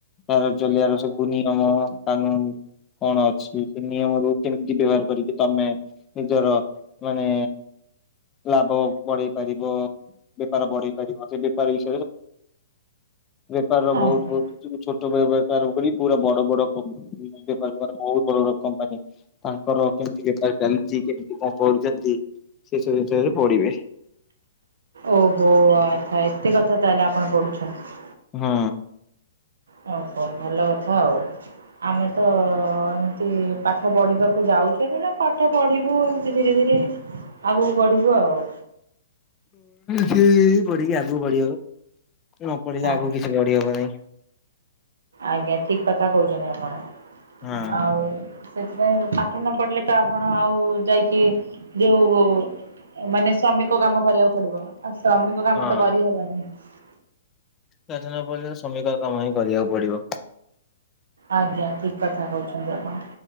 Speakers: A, on the left; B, on the right.
A: ତାର ଚଲେଇଆାର ସବୁ ନିୟମ କାନୁନ କଣ ଅଛି ସେ ନିୟମରୁ କେମିତି ବ୍ୟବହାର କରିକି ତମେ ନିଜର ମାନେ ଲାଭ ବଢେଇ ପାରିବ। ବେପାର ବଢେଇ ପାରିବ ସେ ବେପାର ବିଷୟରେ ବେପାର ବହୁତ
B: ଆଜ୍ଞା।
A: ହଛ ବେପାର କରି ପୁରା ବଡ ବଡ ବେପାରକୁପାର ବହୁତ ବଡ ବଡ କମ୍ପାନୀ ତାଙ୍କର କେମତି ବେପାର ଚାଲଛି କେମତି କଣ ପଢୁଛନ୍ତି ସେ ସବୁ ଜିନିଷରେ ପଢିବେ।
B: ଓହୋ ଆଚ୍ଛା ଏତେ କଥା ତାହେଲେ ଆପଣ ପଢୁଛନ୍ତି।
A: ହୁଁ।
B: ହ ହ ଭଲ କଥା ଆଉ ଆମେ ତ ଏମିତି ପାଠ ପଢିବାକୁ ଯାଉ ପାଠ ପଢିବୁ ଏମତି ଧୀରେ ଧୀରେ ଆଉ ପଢ଼ିବୁ ଆଉ।
A: ସେ ପଢିକି ଆଗକୁ ବଢି ହବ ନ ପଢିଲେ
B: ଆଜ୍ଞା।
A: ଆଗକୁ କିଛି ବଢି ହବ ନାହିଁ।
B: ଆଜ୍ଞା ଠିକ କଥା କହୁଛନ୍ତି ଆପଣ।
A: ହଁ।
B: ଆଉ ସେଥିପାଇଁ ପାଠ ନ ପଡ଼ିଲେ ତ ଆପଣ ଆଉ ଯାଇକି ଯୋଉ ମାନେ ଶ୍ରମିକ କାମ କରିବାକୁ ପଡିବ। ଆଉ ଶ୍ରମିକ କାମ
A: ହଁ।
B: ତ କରିହବ ନାହିଁ।
A: ପାଠ ନ ପଢିଲେ ଶ୍ରମିକ କାମ ହିଁ କରିବାକୁ ପଡିବ।
B: ଆଜ୍ଞା ଠିକ କଥା କହୁଛନ୍ତି। ଆପଣ